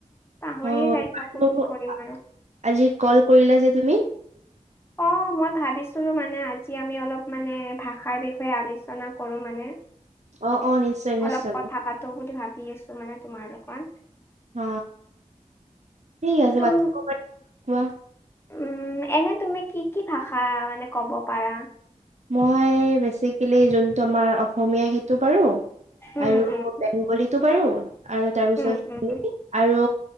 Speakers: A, on the left; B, on the right.
A: পাহৰিয়ে
B: অ <unintelligible>
A: যাই থাকো কি কৰিম আৰু
B: আজি কল কৰিলা যে তুমি
A: অ অ মই ভাবিছিলো মানে আজি আমি অলপ মানে ভাষাৰ বিষয়ে আলোচনা কৰো মানে?
B: অ অ নিশ্চয় নিশ্চয়
A: অলপ কথা পাতো বুলি ভাবি আছো মানে তোমাৰ লগত।
B: অ ঠিক আছে
A: তুম
B: পাতিব পাৰি কোৱা?
A: উম এনে তুমি কি কি ভাষা মানে কব পাৰা?
B: মই বেচিকেলি যোনটো আমাৰ অসমীয়া সেইটো পাৰু
A: উম
B: আৰু
A: উম
B: বেংগলীটো পাৰু আৰু তাৰপিছত
A: উম উম
B: হিন্দী আৰু